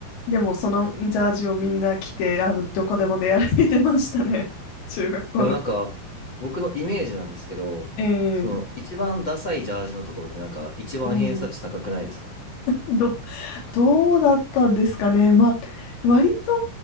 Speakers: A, on the left (about 70°); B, on the left (about 45°).
A: でもそのジャージをみんな着て、あの、どこでも出歩いてましたね。中学校の。
B: でもなんか、僕のイメージなんですけど、
A: えー
B: その、一番ダサいジャージのところってなんか、一番偏差値高くないですか
A: うん、ど、どうだったんですかね。まあ、割と、